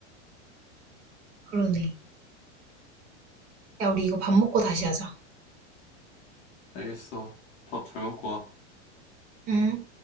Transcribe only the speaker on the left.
알겠어. 밥 잘 먹고 와.